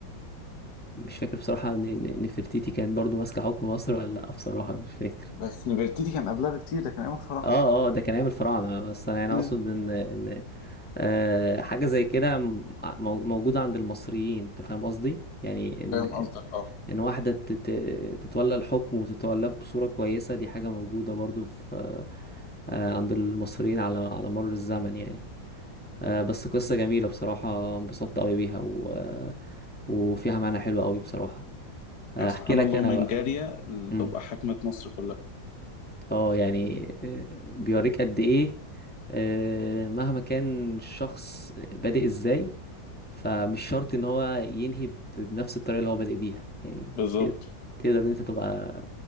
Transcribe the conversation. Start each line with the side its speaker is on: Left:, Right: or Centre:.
Centre: مش فاكر بصراحة ن- ن- نفرتيتي كانت برضو ماسكة حكم مصر ولا لأ بصراحة مش فاكر
Left: بس البرتيتي كان قبلها بكتير ده كان أيام الفراعنة
Centre: اه اه ده كان ايام الفراعنة بس انا يعني
Left: أمم.
Centre: اقصد ان ان آه حاجة زي كده م- مو- موجودة عند المصريين انت فاهم قصدي؟ يعني ان
Left: فاهم قصدك اه
Centre: ان واحدة تت- تتولى الحكم وتتولاه بصورة كويسة دي حاجة موجودة برضو في آه عند المصريين على على مر الزمن يعني آه بس قصة جميلة بصراحة انبسطت قوي بيها و... وفيها معنى حلو قوي بصراحة آه،
Left: يعني
Centre: احكي
Left: سبحان
Centre: لك
Left: الله
Centre: انا
Left: من
Centre: بقى
Left: جارية
Centre: مم.
Left: تبقى حاكمة مصر كلها
Centre: اه يعني آه، بيوريك قد ايه آه، مهما كان الشخص بادئ ازاي فمش شرط ان هو ينهي ب- بنفس الطريقة اللي هو بادئ بيها يعني
Left: بالظبط
Centre: ت- تقدر ان انت تبقى